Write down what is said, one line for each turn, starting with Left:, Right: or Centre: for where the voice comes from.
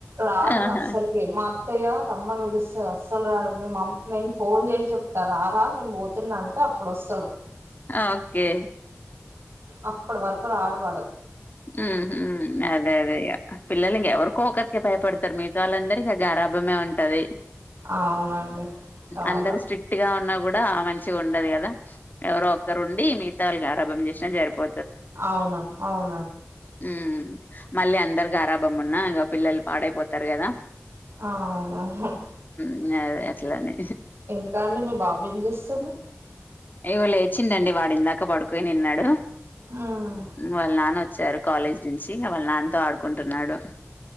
Right: రాడు
Left: ఆహా!
Right: అస్సలుకి మా అ త్తయ్య రమ్మను విలుస్తది అస్సలు రాడు మేమమ్ నేను ఫోన్ చేసి చెప్తా రా రా నేన్ పోతున్నా అంటే అప్పుడు వస్సాడు
Left: ఓకే
Right: అప్పుడు వరకు రాడువాడు
Left: ఉమ్ హుమ్ అదే అదే ఇగ పిల్లలు ఎవరికో ఒకరికి భయపడతారు మిగతా వాళ్ళందరికి గారాభమే ఉంటది
Right: అవునండి చాలా
Left: అందరు ఉమ్ స్ట్రిక్ట్ గా ఉన్నా కూడా ఆ మం చిగా ఉండదు కదా ఎవరో ఒక్కరుండి మిగతా వాళ్ళు గారాబం చేసినా సరిపో
Right: అవునా అవున్
Left: ఉమ్ మళ్ళీ అందరు గారాభం ఉన్నా ఇంగ పిల్లలు పాడైపోతారు కదా
Right: అవును హ్మ్
Left: ఇంగ అదే అట్లనే
Right: ఇంకా అండి మీ బాబేం జేస్సుండు
Left: ఇగో లేచిండండి వాడు ఇందాక పడుకొనిన్నాడు
Right: హ్మ్
Left: వాళ్ళ నాన్న వ చ్చారు కాలేజ్ నుంచి ఇంగ వాళ్ళ నాన్నతో ఆడుకుంటున్నాడు